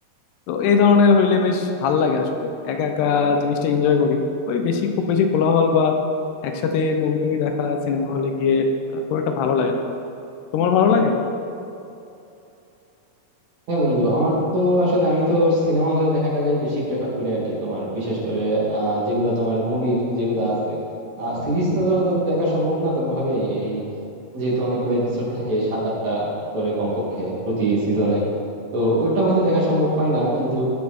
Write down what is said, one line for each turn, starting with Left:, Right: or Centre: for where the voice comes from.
Left: তো এই ধরনের হইলে বেশ ভাল লাগে আসলে একা একা জিনিসটা এনজয় করি ওই বেশি খুব বেশি কোলাহল বা একসাথে মুভি টুভি দেখা সিনেমা হলে গিয়ে আহ, খুব একটা ভালো লাগে না তোমার ভালো লাগে
Right: হ্যাঁ বন্ধু আমার তো আসলে আমি তো সিনেমা হলে দেখাটাকেই বেশি প্রেফার করি আর কি তোমার বিশেষ করে আহ, যেগুলো তোমার মুভি যেগুলো আছে সিরিজ তো ধরো দেখা সম্ভব না কোনোভাবে এই যেহেতু অনেকগুলো এপিসোড থাকে সাত আটটা করে কমপক্ষে প্রতি সিজনে তো ওটা হয়তো দেখা সম্ভব হয় না কিন্তু